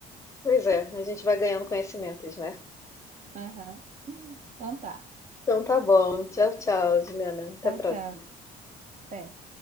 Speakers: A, on the left; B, on the right.
A: Pois é, a gente vai ganhando conhecimentos, né?
B: Aham. Então tá.
A: Então tá bom. Tchau, tchau, Juliana. Até
B: Tchau,
A: a próxima.
B: tchau. Até.